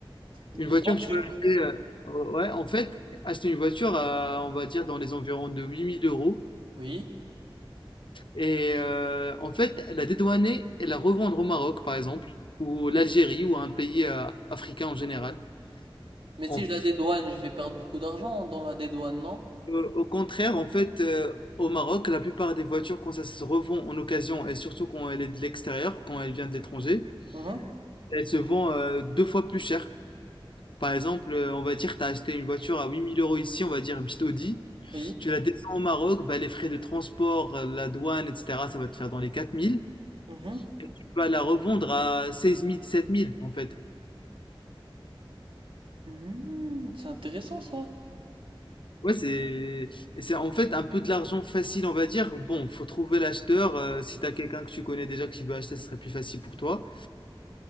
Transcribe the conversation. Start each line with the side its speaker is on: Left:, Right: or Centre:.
Right: Dans
Left: Une
Right: une
Left: voiture
Right: voiture.
Left: que tu vas acheter. euh, ouais, en fait, acheter une voiture, à, on va dire, dans les environs de 8000 euros.
Right: Oui.
Left: Et euh, en fait, la dédouaner et la revendre au Maroc, par exemple, ou l'Algérie, ou à un pays euh, africain en général.
Right: Mais
Left: En
Right: si
Left: f-
Right: je la dédouane, je vais perdre beaucoup d'argent dans la dédouane, non?
Left: euh, au contraire, en fait, euh, au Maroc, la plupart des voitures, quand ça se revend en occasion, et surtout quand elle est de l'extérieur, quand elle vient de l'étranger,
Right: Mhm.
Left: elle se vend euh, deux fois plus cher. Par exemple, euh, on va dire, tu as acheté une voiture à 8000 euros ici, on va dire une petite Audi,
Right: Oui.
Left: tu la descends au Maroc, bah, les frais de transport, euh, la douane, etc., ça va te faire dans les 4000.
Right: Mhm.
Left: Tu vas la revendre à 16000, 17000, en fait.
Right: Mhm. C'est intéressant, ça.
Left: Ouais, c'est et c'est en fait un peu de l'argent facile, on va dire. Bon, faut trouver l'acheteur. euh, si t'as quelqu'un que tu connais déjà qui veut acheter, ce serait plus facile pour toi.